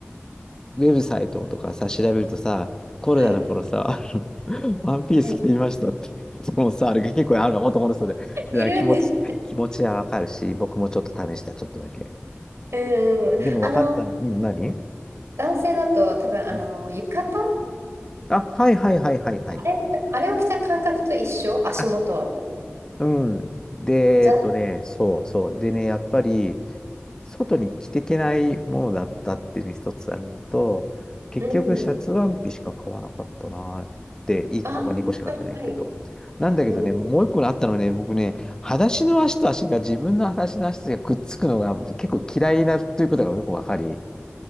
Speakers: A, on the left; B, on the right.
A: ウェブサイトとかさ、調べるとさ、コロナの頃さ、
B: はい。
A: <laughs> ワンピース着てみましたって。
B: はい
A: もうさ、あれが結構あるの、男の人で。だから気持ち、
B: <laughs> いるんです。
A: 気持ちはわかるし、僕もちょっと試した、ちょっとだけ。
B: うん。
A: でも分かったの。
B: あの、
A: うん、何
B: 男性だと多分、あの、
A: うん
B: 浴衣
A: あ、はいはいはいはいはい。
B: あれ、あれを着た感覚と一緒足元は多分。
A: あうん。で、
B: じゃな、
A: えっとね、そうそう。でね、やっぱり、外に着てけないものだったっていうのが一つあるのと、結局、
B: うん。
A: シャツワンピしか買わなかったなーって、1個か2個しか買ってないけど。
B: あー、はい、はい。
A: なんだけどね、
B: うん。
A: もう1個あったのはね、僕ね、裸足の足と足が、自分の裸足の足がくっつくのが結構嫌いなということがよくわかり、